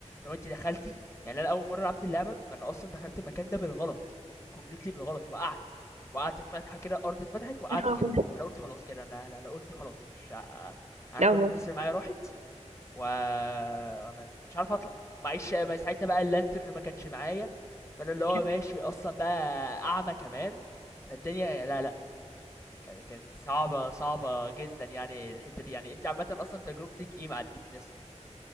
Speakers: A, on the left; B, on the right.
A: لو انت دخلتي يعني انا اول مره لعبت اللعبه انا اصلا دخلت المكان ده بالغلط كومبليتلي بالغلط وقعت وقعت في فتحه كده الارض اتفتحت وقعت
B: الرعب
A: كده
B: ده
A: انا قلت خلاص كده انا انا أنا قلت خلاص مش ه- انا
B: لا
A: كل
B: والله
A: الفلوس اللي معايا راحت و ما- مش مش عارف اطلع ومعيش ما ساعتها بقى اللانترن ما كانش معايا فانا اللي هو
B: كان
A: ماشي اصلا بقى اعمى كمان فالدنيا لا لا كانت كانت صعبة صعبة جدا يعني الحتة دي يعني انت عامة اصلا تجربتك ايه مع الديب نست